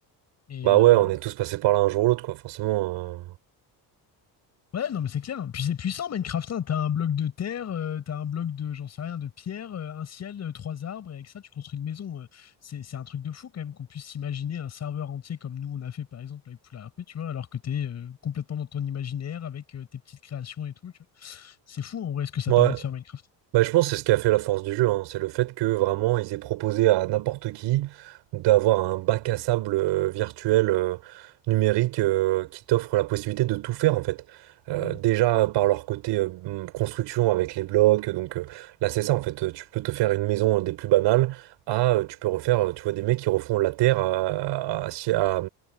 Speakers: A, on the left (about 40°); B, on the right (about 85°).
A: Et
B: Bah
A: euh,
B: ouais, on est tous passés par là un jour ou l'autre, quoi, forcément. euh,
A: Ouais, non, mais c'est clair. Puis c'est puissant, Minecraft. hein. T'as un bloc de terre, euh, t'as un bloc de, j'en sais rien, de pierre, euh, un ciel, euh, trois arbres, et avec ça, tu construis une maison. euh. c'est, c'est un truc de fou, quand même, qu'on puisse s'imaginer un serveur entier comme nous, on a fait, par exemple, avec Poula R P. tu vois, alors que t'es euh, complètement dans ton imaginaire avec euh, tes petites créations et tout, tu vois. C'est fou, en vrai, ce que ça
B: Ouais.
A: permet de faire Minecraft.
B: Bah, je pense que c'est ce qui a fait la force du jeu, hein. C'est le fait que vraiment ils aient proposé à n'importe qui d'avoir un bac à sable euh, virtuel euh, numérique euh, qui t'offre la possibilité de tout faire en fait. Euh,
A: Mm.
B: déjà par leur côté euh, hum, construction avec les blocs, donc euh, là c'est ça en fait. Tu peux te faire une maison euh, des plus banales à euh, tu peux refaire, euh, tu vois, des mecs qui refont la terre à, à, à- si, à-